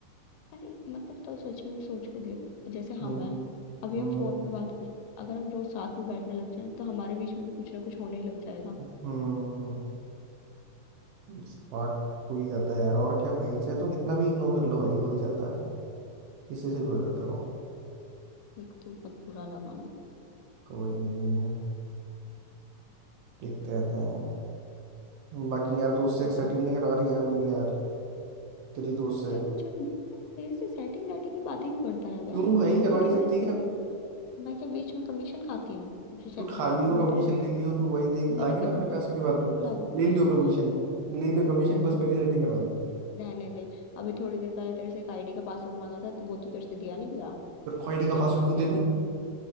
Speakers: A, on the left; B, on the right.
A: अरे मतलब तो सच में सोच के देख जैसे
B: हम्म
A: हम हैं अभी
B: हम्म
A: हम फोन पे बात कर रहे हैं। अगर हम रोज साथ में बैठने लग जाएं तो हमारे बीच में भी कुछ ना कुछ होने ही लग जाएगा
B: हम्म स्मार्ट हो ही जाता है यार और क्या भाई चाहे तो कितना भी इग्नोर कर लो भाई हो ही जाता है किसी से भी हो जाता हो
A: मेरे को तो बहुत बुरा लगा
B: कोई नहीं देखते रहते हैं बाकी यार दोस्त
A: पता
B: से सेटिंग नहीं करवा रही यार मेरी यार तेरी दोस्त से
A: तो जब मेरे मेरे से सेटिंग सेटिंग की बातें क्यों करता रहता
B: क्यों
A: है
B: भाई करवा
A: मैं
B: नहीं
A: क्या
B: सकती
A: बीच में
B: क्या
A: मैं क्या बीच में कमीशन खाती हूँ जो सेटिंग
B: तू खा
A: कराती
B: लियो
A: हूँ
B: कमीशन
A: मैं क्या
B: ले लियो तू वही देख
A: मैंने
B: आ गई
A: क्या
B: ना अपने
A: यहाँ पे
B: पैसों
A: स्कूल
B: की बात पे
A: खुला हुआ
B: ले लियो
A: है
B: कमीशन ले लियो कमीशन बस
A: ओ,
B: मेरी सेटिंग करवा दे
A: रहने दे अभी थोड़ी देर पहले तेरे से एक आईडी का पासवर्ड मांगा था तो वो तो तेरे से दिया नहीं गया
B: तो क्वालिटी का
A: तेरे
B: पासवर्ड क्यों
A: तेरे
B: दे दूं